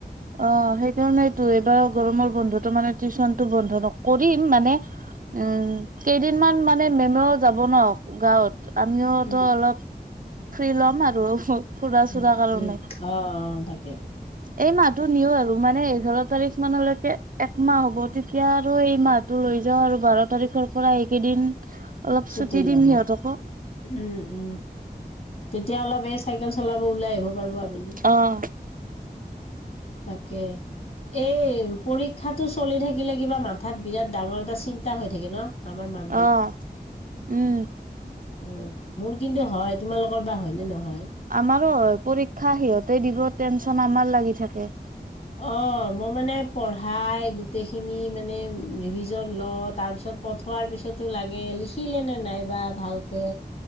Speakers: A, on the right (about 55°); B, on the left (about 55°).
A: অ, সেইকাৰনেইটো এইবাৰ গৰমৰ বন্ধতো মানে, টিউচনটো বন্ধ ন, কৰিম, মানে উম, কেইদিনমান মান মানে মেমেও যাব ন, গাঁৱত। আমিওতো
B: উম
A: অলপ ফুৰি ল'ম আৰু ফুৰা চুৰা
B: উ,
A: কাৰণে।
B: উম। অ, অ', তাকেই।
A: এই মাত টো নিও আৰু মানে, এঘাৰ তাৰিখ মানলৈকে একমাহ হ'ব, তেতিয়া আৰু এই মাহটো লৈ যাওঁ আৰু বাৰ তাৰিখৰ পৰা এইকেইদিন অলপ
B: চুটি
A: ছুটি
B: ল'ব।
A: দিম সিহঁতকো।
B: উ, উ, তেতিয়া অলপ এই চাইকেল চলাব ওলাই আহিব। <unintelligible> আবেলি।
A: অ',
B: তাকে, এই পৰীক্ষাতটো চলি থাকিলে কিবা মাথাত বিৰাট ডাঙৰ এটা চিন্তা হৈ থাকে ন? আমাৰ মাক
A: আহ, উম।
B: উ, মোৰ কিন্তু হয়, তোমালোকৰ বা হয়নেে নহয়?
A: আমাৰো হয় পৰীক্ষা সিহঁতে দিব, টেনচন আমাৰ লাগি থাকে।
B: অ মই মানে পঢ়াই গোটেইখিনি মানে ও, ৰিভিজন লওঁ, তাৰপিছত পঠোৱাৰ পিছতো লাগে, লিখিলেনে নাই বা ভালকে।